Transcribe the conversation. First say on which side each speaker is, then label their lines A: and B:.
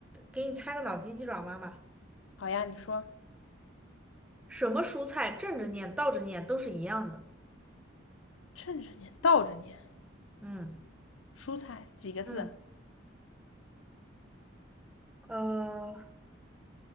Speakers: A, in the centre; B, on the left.
A: 给你猜个脑筋急转弯吧。
B: 好呀，你说
A: 什么蔬菜正着念、倒着念都是一样的。
B: 趁着年倒着年，
A: 嗯
B: 蔬菜几个字？
A: 嗯，呃，